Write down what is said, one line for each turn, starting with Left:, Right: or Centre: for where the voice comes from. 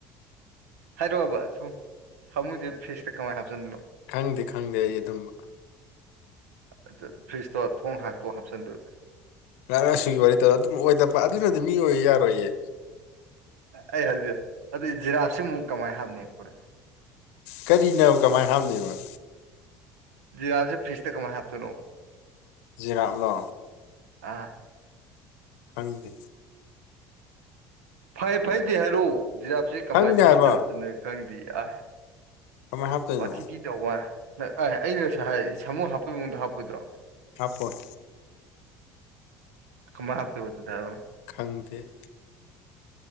Right: ꯍꯥꯏꯔꯛꯑꯕ ꯁꯨꯝ ꯁꯥꯃꯨꯁꯦ ꯐ꯭ꯔꯤꯖꯇ ꯀꯃꯥꯏꯅ ꯍꯥꯞꯆꯤꯟꯗꯣꯏꯅꯣ
Left: ꯈꯪꯗꯦ ꯈꯪꯗꯦ ꯑꯩ ꯑꯗꯨꯝꯕ
Right: ꯑꯗꯨ ꯐ꯭ꯔꯤꯖꯇꯣ ꯊꯣꯡ ꯍꯥꯛꯇꯣ ꯍꯥꯞꯆꯤꯟꯗꯨ
Left: ꯅꯍꯥꯛ ꯂꯁꯨꯨꯒꯤ ꯋꯥꯔꯤ ꯇꯧꯔ ꯑꯗꯨꯝ ꯑꯣꯏꯗꯕ ꯑꯗꯨꯅꯗꯤ ꯃꯤ ꯑꯣꯏꯕ ꯌꯥꯔꯣꯏꯌꯦ
Right: ꯑꯩ ꯍꯧꯖꯤꯛ ꯑꯗꯨ ꯖꯤꯔꯞꯁꯤꯃꯨꯛ ꯀꯃꯥꯏꯅ ꯍꯥꯞꯅꯤꯕ
Left: ꯀꯔꯤꯅꯣ ꯀꯃꯥꯏꯅ ꯍꯥꯞꯕꯅꯤꯕ
Right: ꯖꯤꯔꯥꯞꯁꯦ ꯐꯤꯔꯁꯇ ꯀꯃꯥꯏ ꯍꯥꯞꯇꯣꯢꯅꯣꯕ
Left: ꯖꯤꯔꯥꯞꯂꯣ
Right: ꯑꯥ
Left: ꯈꯪꯗꯦ
Right: ꯐꯩ ꯐꯩꯗꯤ ꯍꯥꯏꯔꯛꯑꯣ ꯖꯤꯔꯥꯞꯁꯦ ꯀꯃꯥꯏ
Left: ꯈꯪꯗꯦ
Right: ꯐꯤꯁꯇ
Left: ꯍꯥꯏꯕ
Right: ꯍꯥꯞꯆꯟ ꯗꯣꯢꯅꯣ ꯈꯪꯗꯦ ꯑ
Left: ꯀꯃꯥꯏꯅ ꯍꯥꯞꯇꯣꯏꯅꯣ
Right: ꯋꯥꯊꯤ ꯄꯤ ꯇꯧꯕ ꯑꯩꯅ ꯉ ꯍꯥꯏ ꯁꯥꯃꯨ ꯍꯥꯞꯄꯩ ꯃꯑꯣꯡꯗꯣ ꯍꯥꯞꯄꯣꯏꯗ꯭ꯔꯣ
Left: ꯍꯥꯄꯣꯢ
Right: ꯀꯃꯥꯢ ꯍꯥꯞꯇꯣꯢꯕ ꯗꯨꯗꯤ ꯍꯥꯢꯔꯛꯑꯣ
Left: ꯈꯪꯗꯦ